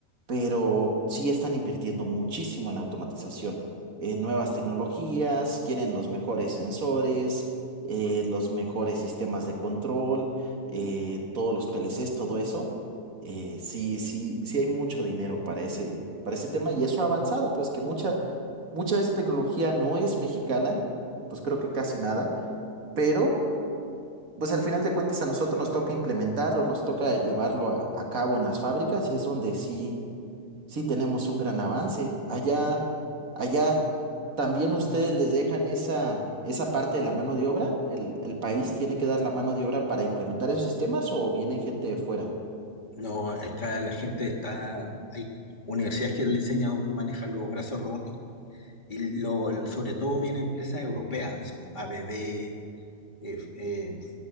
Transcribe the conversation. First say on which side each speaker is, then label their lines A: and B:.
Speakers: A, on the right (about 85°); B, on the left (about 35°).
A: pero sí están invirtiendo muchísimo en automatización, eh, nuevas tecnologías, quieren los mejores sensores, eh, los mejores sistemas de control, eh, todos los PLCs, todo eso eh, sí, sí, sí hay mucho dinero para ese, para ese tema y eso ha avanzado, pues que mucha, mucha de esa tecnología no es mexicana, pues creo que casi nada, pero pues al final de cuentas a nosotros nos toca implementarlo, nos toca llevarlo a, a cabo en las fábricas y es donde sí, sí tenemos un gran avance. Allá, allá también ustedes les dejan esa, esa parte de la mano de obra, el, el país tiene que dar la mano de obra para implementar esos sistemas o vienen gente de fuera.
B: No, acá la gente está, hay universidades que le enseñan a manejar los brazos robóticos. Y lo, sobre todo vienen empresas europeas, así, ABB, eh, eh,